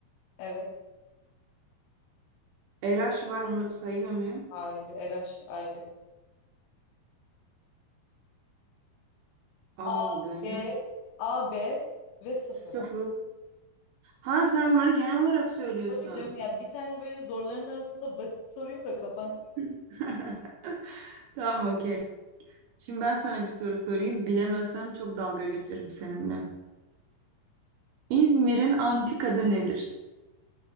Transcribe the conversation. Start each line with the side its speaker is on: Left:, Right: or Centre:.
Left: Evet.
Right: RH var onu sayıyor muyum?
Left: Hayır. RH ayrı.
Right: A,
Left: A,
Right: B.
Left: B, A, B ve sıfır.
Right: Sıfır. Ha sen onları genel olarak söylüyorsun.
Left: Tabii canım ya bir tane böyle zorların arasında basit sorayım da kafan.
Right: <laughs> Tamam okey. Şimdi ben sana bir soru sorayım. Bilemezsem çok dalga geçerim seninle. İzmir'in antik adı nedir?